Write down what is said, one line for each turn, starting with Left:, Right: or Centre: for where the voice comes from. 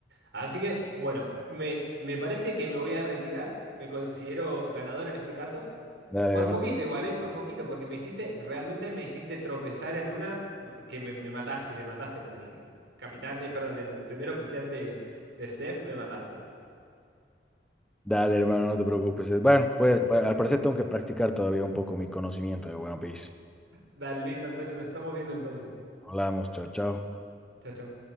Right: Así que, bueno, me, me parece que me voy a retirar. Me considero ganador en este caso.
Centre: Dale,
Right: Por
Centre: hermano.
Right: poquito igual, ¿eh? Por poquito, porque me hiciste, realmente me hiciste tropezar en una que me, me mataste, me mataste con el capitán, eh, perdón, el primer oficial de, de CEF, me mataste.
Centre: Dale, hermano, no te preocupes. Bueno, pues
Right: Mm,
Centre: pues, al parecer tengo que practicar todavía un poco mi conocimiento de One Piece.
Right: Dale, listo, Antonio, nos estamos viendo entonces.
Centre: Hablamos, chao, chao.
Right: Chao, chao.